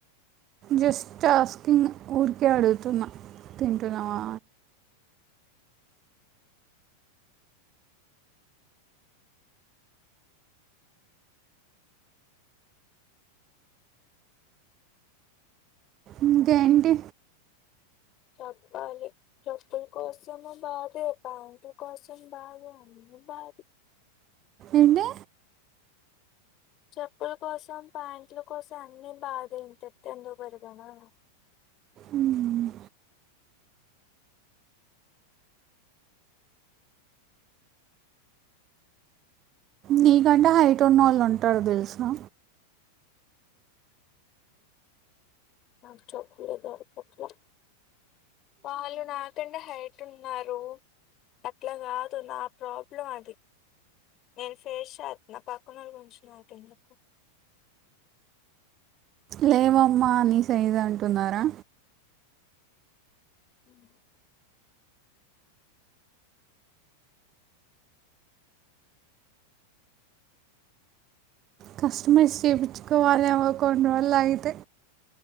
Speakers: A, on the right; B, on the left.
A: జస్ట్ ఆస్కింగ్ ఊరికే అడుగుతున్న తింటున్నవా ఇంక ఏంటి
B: చెప్పాలి చెప్పుల కోసము బాదే ప్యాంట్లు కోసం సం బాదే అన్నీ బాదే
A: ఏంటి
B: చెప్పుల కోసం, ప్యాంట్ల కోసం అన్ని బాదే ఇంత ఎత్తు ఎందుకు పెరిగానో
A: ఉమ్ ఉమ్ నీకంటే హైట్ ఉన్న వాళ్ళు ఉంటరు తెలుసా
B: నాకు చెప్పులే దొరకట్లే వాళ్ళు నాకంటె హైట్ ఉన్నారు అట్ల కాదు నా ప్రాబ్లం అది నేను ఫేస్ చేత్న పక్కనోల్ల గురించి నాకెందుకు
A: లేవమ్మా ని సైజు అంటున్నారా
B: ఉమ్ హ్
A: కస్టమైజ్ చేపిచుకోవాలేమో కొన్ని రోజులు అయితే!